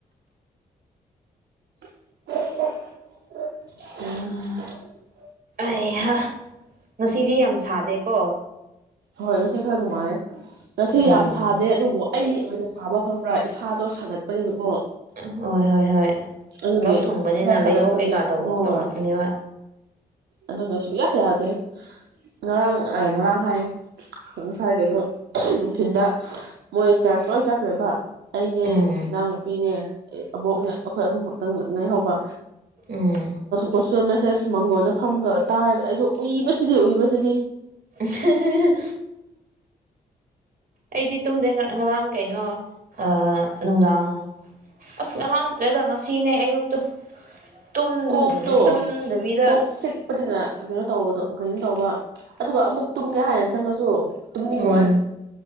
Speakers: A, on the right (about 85°); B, on the right (about 60°).
A: ꯑꯥ
B: ꯑꯩꯍꯥ ꯉꯥꯁꯤꯗꯤ ꯌꯥꯝ ꯁꯥꯗꯦ ꯀꯣ
A: ꯍꯣꯏ ꯉꯁꯤ ꯈ꯭ꯔ ꯅꯨꯡꯉꯥꯏ ꯉꯁꯤ
B: ꯎꯝ
A: ꯌꯥꯝ ꯁꯥꯗꯦ ꯑꯗꯨꯕꯨ ꯑꯩ ꯑꯣꯏꯅ ꯁꯥꯕ ꯈꯪꯕ꯭ꯔꯥ ꯏꯁꯥꯗꯣ ꯁꯥꯒꯠꯄꯅꯤꯅꯀꯣ
B: ꯍ ꯍꯣꯏ ꯍꯣꯏ
A: ꯑꯗꯨꯒꯤ
B: ꯂꯣꯛ ꯊꯨꯡꯕꯅꯤꯅ
A: ꯏꯁꯥ ꯁꯥꯒꯠꯄꯒꯤ
B: ꯂꯩꯍꯧ ꯀꯩꯀꯥ ꯇꯧ
A: ꯍꯣꯏ
B: ꯇꯧꯔꯛꯀꯅꯦꯕ
A: ꯑꯗꯨꯅ ꯁꯨꯛꯌꯥ ꯌꯥꯗꯦ ꯉꯔꯥꯡ ꯉꯔꯥꯡ ꯍꯥꯏꯌꯦ ꯉꯁꯥꯏꯗꯩꯅꯣ ꯅꯨꯡꯊꯤꯟꯗ ꯃꯣꯏ ꯆꯔꯆ ꯂꯣꯏ ꯆꯠꯈ꯭ꯔꯒ ꯑꯩꯅꯦ
B: ꯎꯝ
A: ꯏꯅꯥꯎꯅꯨꯄꯤꯅꯦ ꯑꯕꯣꯛꯅ ꯑꯩꯈꯣꯏ ꯑꯍꯨꯝ ꯃꯛꯇꯪ ꯉꯥꯏꯍꯧꯕ
B: ꯎꯝ
A: ꯒꯦꯁꯄꯦꯜ ꯃꯁꯦꯁ ꯃꯪꯒꯣꯟꯗ ꯐꯝꯒ ꯇꯥꯔꯒ ꯑꯩꯗꯣ ꯎꯏꯕꯁꯤꯗꯤ ꯎꯏꯕꯁꯤꯗꯤ
B: ꯍꯦꯍꯦꯍꯦ ꯑꯩꯗꯤ ꯇꯨꯝꯗꯩ ꯉꯔꯥꯡ ꯀꯩꯅꯣ ꯑꯥ ꯅꯨꯡꯗꯥꯡ ꯑꯁ ꯉꯔꯥꯡ ꯅꯠꯇ꯭ꯔꯦꯗ ꯉꯁꯤꯅꯦ ꯑꯌꯨꯛꯇꯨ ꯇꯨꯝ
A: ꯀꯣꯛꯇꯣ
B: ꯇꯨꯝꯗꯕꯤꯗ
A: ꯀꯣꯛ ꯆꯤꯛꯄꯅꯤꯅ ꯀꯩꯅꯣ ꯇꯧꯕꯗꯣ ꯀꯩꯅꯣ ꯇꯧꯕ ꯑꯗꯨꯒ ꯑꯃꯨꯛ ꯇꯨꯝꯒꯦ ꯍꯥꯏꯔꯦ ꯆꯪꯉꯁꯨ ꯇꯨꯝꯅꯤꯡꯉꯣꯏ
B: ꯎꯝ